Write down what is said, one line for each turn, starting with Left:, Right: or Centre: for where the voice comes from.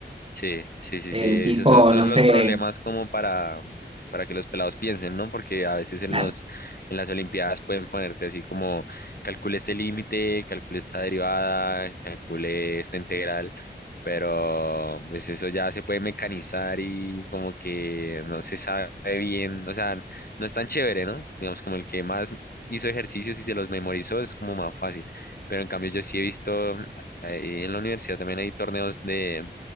Left: Sí, sí, sí,
Right: Eh,
Left: sí. Esos
Right: tipo,
Left: son son
Right: no sé,
Left: los problemas como para, para que los pelados piensen, ¿no? Porque a veces en
Right: claro,
Left: los, en las Olimpiadas pueden ponerte así como calcule este límite, calcule esta derivada, calcule esta integral, pero pues eso ya se puede mecanizar y como que no se sabe bien, o sea, no es tan chévere, ¿no? Digamos como el que más hizo ejercicios y se los memorizó es como más fácil. Pero en cambio yo sí he visto eh, en la universidad también hay torneos de